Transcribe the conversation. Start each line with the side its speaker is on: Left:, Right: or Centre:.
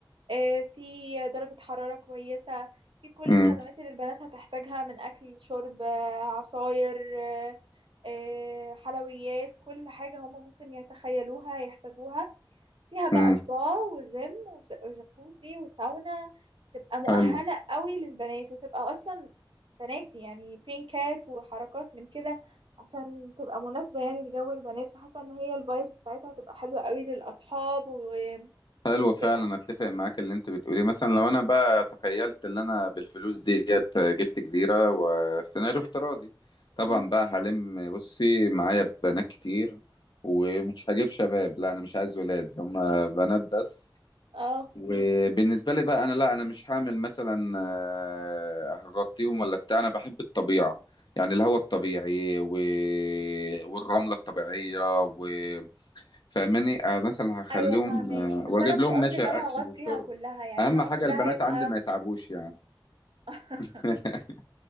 Right: آه، في درجه حراره كويسه في كل
Left: مم.
Right: الخدمات اللي البنات هتحتاجها من اكل شرب آه، عصاير آه، آه، حلويات كل حاجه هما ممكن يتخيلوها يحتاجوها فيها بقى
Left: مم.
Right: سبا وجيم وس- وجاكوزي وساونا تبقى مؤهلة
Left: حلو
Right: قوي للبنات وتبقى أصلا بناتي يعني بينكات وحركات من كده عشان تبقى مناسبة يعني لجو البنات فحاسة ان هي الفايبس بتاعتها هتبقى حلوة قوي للأصحاب و-
Left: حلو
Right: وكده
Left: فعلا اتفق معاك اللي انت بتقوليه مثلا لو انا بقى تخيلت ان انا بالفلوس ديت جبت جزيرة وسيناريو افتراضي طبعا
Right: امم
Left: بقى هلم بصي معايا بنات كتير ومش هجيب شباب لا انا مش عايز ولاد هم بنات بس
Right: اه
Left: وبالنسبة لي بقى انا لا انا مش هعمل مثلا آه، هغطيهم ولا بتاع انا بحب الطبيعة يعني الهواء الطبيعي و... والرملة الطبيعية و... فاهماني آه، مثلا هخليهم
Right: ايوه فاهمك
Left: آه،
Right: بس
Left: واجيب
Right: انا مش
Left: لهم
Right: قصدي
Left: ماشي
Right: ان
Left: اكل
Right: انا هغطيها
Left: وشرب
Right: كلها يعني
Left: اهم
Right: انا
Left: حاجه
Right: قصدي ده
Left: البنات
Right: هيبقى
Left: عندي ما يتعبوش يعني
Right: <laughs>
Left: <laughs>